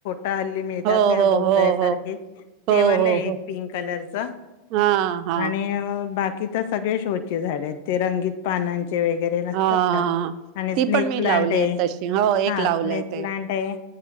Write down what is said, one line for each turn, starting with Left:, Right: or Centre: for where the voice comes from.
Left: हल्ली मिळतात
Right: हो
Left: नाही
Right: हो हो
Left: का
Right: हो
Left: <unintelligible>
Right: हो
Left: ते वाले
Right: हो हो
Left: एक पिंक कलरचा,
Right: हा हा
Left: आणि बाकी तर सगळे शोचे झाडे आहेत, ते रंगीत पानांचे वगैरे नसतात
Right: हा
Left: का.
Right: हा
Left: आणि
Right: ती
Left: स्नेक
Right: पण मी
Left: प्लांट
Right: लावली
Left: हे
Right: आहे तशी हो एक
Left: हा
Right: लावलंय
Left: स्नेक
Right: ते
Left: प्लांट हे